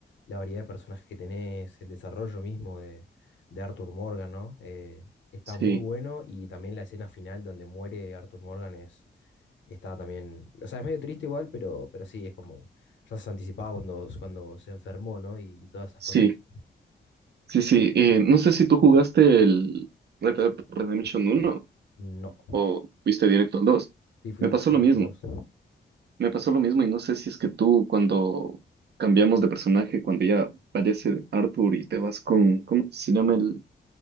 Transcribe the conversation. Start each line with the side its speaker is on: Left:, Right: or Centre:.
Left: la variedad de personajes que tenés, el desarrollo mismo de, de Arthur Morgan, ¿no? Eh, está
Right: sí,
Left: muy bueno y también la escena final donde muere Arthur Morgan es, está también, o sea, es medio triste igual, pero, pero sí, es como ya se anticipaba cuando, cuando se enfermó, ¿no? Y, y todas esas
Right: sí,
Left: cosas.
Right: sí, sí. Eh, no sé si tú jugaste el Red Dead Redemption uno
Left: No.
Right: o fuiste directo al dos
Left: Sí, fui,
Right: Me pasó
Left: fui
Right: lo
Left: directo
Right: mismo,
Left: al 2.
Right: me pasó lo mismo y no sé si es que tú cuando cambiamos de personaje, cuando ya fallece Arthur y te vas con, ¿cómo se llama el,